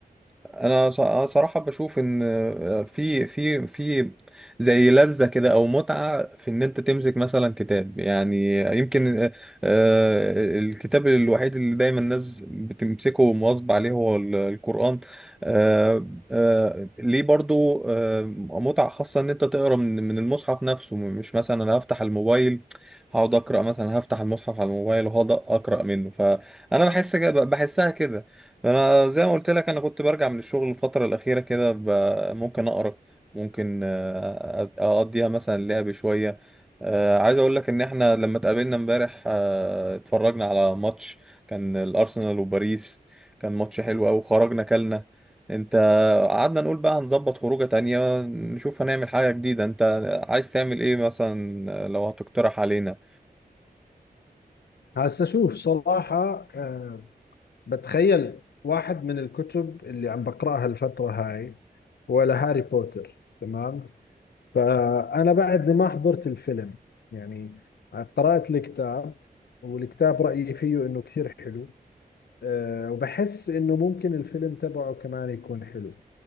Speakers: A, in the centre; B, on the left (about 80°).
A: انا ص- أنا صراحه بشوف ان آه، في في في زي لذه كده او متعه في ان انت تمسك مثلا كتاب يعني يمكن آه، آه، الكتاب الوحيد اللي دايما الناس بتمسكه ومواظب عليه هو ال- القران آه، آه، ليه برضو آه، متعه خاصه ان انت تقرا من من المصحف نفسه مش مثلا انا هفتح الموبايل هقعد اقرا مثلا هفتح المصحف على الموبايل وهقعد اقرا منه فانا بحس كده بحسها كده انا زي ما قلت لك انا كنت برجع من الشغل الفتره الاخيره كده ب- ممكن اقرا ممكن آه، أ- اقضيها مثلا لعب شويه آه، عايز اقول لك ان احنا لما اتقابلنا امبارح آه، اتفرجنا على ماتش كان الارسنال وباريس كان ماتش حلو قوي خرجنا كلنا انت قعدنا نقول بقى هنظبط خروجه تانية نشوف هنعمل حاجه جديده انت عايز تعمل ايه مثلا آه، لو هتقترح علينا
B: هسا شوف صراحة آه، بتخيل واحد من الكتب اللي عم بقرأها الفترة هاي ولا هاري بوتر تمام فأنا بعدني ما حضرت الفيلم يعني قرأت الكتاب والكتاب رأيي فيه إنه كثير حلو آه، وبحس إنه ممكن الفيلم تبعه كمان يكون حلو